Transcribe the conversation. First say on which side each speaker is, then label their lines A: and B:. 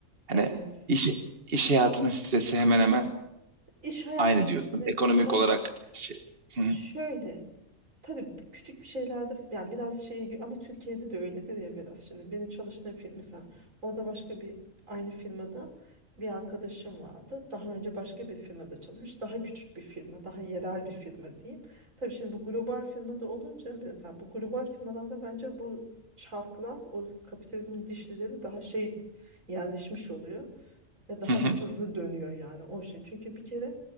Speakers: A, on the right; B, on the right.
A: Hani
B: Evet.
A: iş, iş hayatının stresi hemen hemen
B: İş hayatının
A: aynı
B: stresi
A: diyorsun. Ekonomik
B: biraz
A: olarak şey. Hı hı,
B: şöyle. Tabii küçük bir şeylerde yani biraz şey ama Türkiye'de de öyledir ya biraz. Şimdi benim çalıştığım firma mesela orada başka bir aynı firmada bir arkadaşım vardı. Daha önce başka bir firmada çalışmış. Daha küçük bir firma, daha yerel bir firma diyeyim. Tabii şimdi bu global firmada olunca mesela bu global firmalarda bence bu çarklar o kapitalizmin dişlileri daha şey yerleşmiş oluyor. Ve daha
A: hı hı.
B: hızlı dönüyor yani o şey. Çünkü bir kere